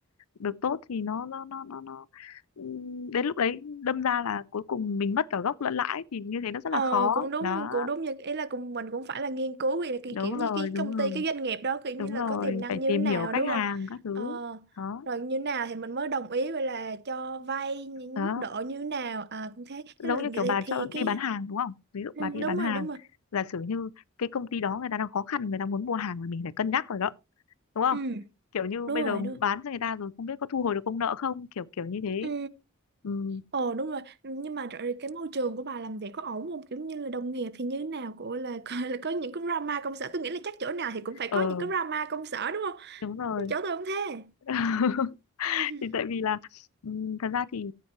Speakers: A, on the left (about 75°); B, on the right (about 50°).
A: được tốt thì nó nó nó nó, nó ừm, đến lúc đấy đâm ra là cuối cùng mình mất cả gốc lẫn lãi thì như thế nó rất
B: Ờ
A: là khó
B: cũng đúng
A: đó
B: cũng đúng như ý là cùng mình cũng phải là nghiên cứu vậy là cái
A: đúng
B: kiểu như
A: rồi
B: cái
A: đúng
B: công
A: rồi
B: ty cái doanh nghiệp đó kiểu
A: đúng
B: như là
A: rồi
B: có tiềm năng
A: phải
B: như
A: tìm
B: thế nào
A: hiểu khách
B: đúng không?
A: hàng các thứ
B: Ờ,
A: đó
B: rồi như thế nào thì mình mới đồng ý vậy là cho vay những
A: đó
B: mức độ như thế nào à cũng thế
A: giống
B: thế là
A: như kiểu
B: vậy
A: bà
B: thì
A: cho
B: cái
A: đi bán hàng đúng không ví dụ
B: ừ,
A: bà đi
B: đúng
A: bán
B: rồi
A: hàng
B: đúng rồi
A: giả sử như cái công ty đó người ta đang khó khăn người ta muốn mua hàng thì mình phải cân nhắc rồi đó đúng không
B: ừ
A: kiểu như
B: đúng
A: bây
B: rồi
A: giờ
B: đúng rồi.
A: bán cho người ta rồi không biết có thu hồi được công nợ không kiểu kiểu như thế
B: ừ
A: ừ,
B: ồ đúng rồi nhưng mà rồi cái môi trường của bà làm việc có ổn không kiểu như là đồng nghiệp thì như thế nào của là, <laughs> có- là có những cái drama công sở tôi nghĩ là chắc chỗ nào thì cũng phải có
A: ờ
B: những cái drama công sở đúng không
A: đúng rồi
B: chỗ tôi không thế
A: <laughs>
B: ừ
A: thì tại vì là ừm, thật ra thì